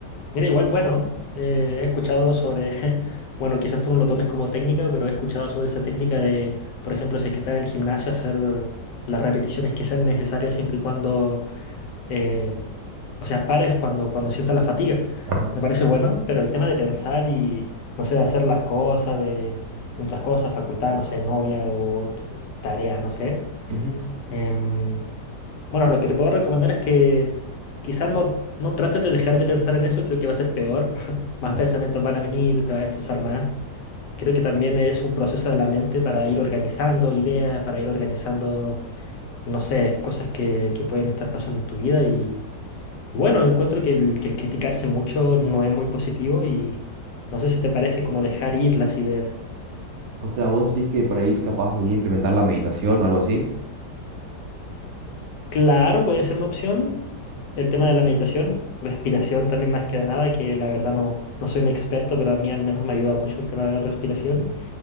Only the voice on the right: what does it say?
Ajá,
Ujú.
ajá.
O sea, vos decís que por ahí capaz de implementar la meditación o algo así.